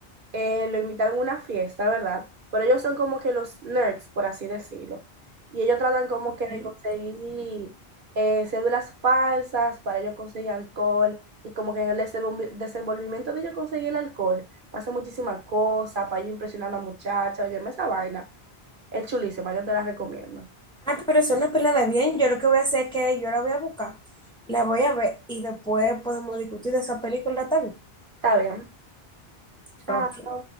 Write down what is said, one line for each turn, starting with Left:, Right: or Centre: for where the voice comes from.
Right: eh, lo invitaron a una fiesta, ¿verdad? Pero ellos son como que los nerds, por así decirlo. Y ellos tratan como
Centre: ok.
Right: que de conseguir eh, cédulas falsas para ellos conseguir alcohol. Y como que en el desenvol- desenvolvimiento de ellos conseguir el alcohol, pasa muchísimas cosas para ellos impresionar a la muchacha. Oye, esa vaina. Es chulísima, yo te la recomiendo.
Centre: Ah, pero es una pila de bien. Yo lo que voy a hacer es que yo la voy a buscar, la voy a ver y después podemos discutir de esa película también.
Right: Está bien. Chao.
Centre: Ok.